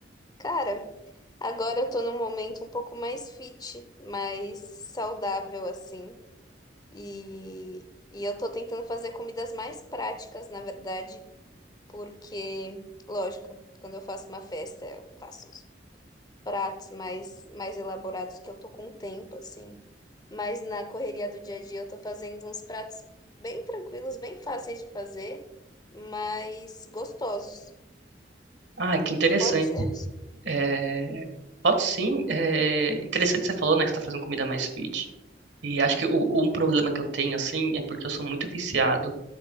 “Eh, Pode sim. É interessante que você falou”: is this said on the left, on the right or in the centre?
Right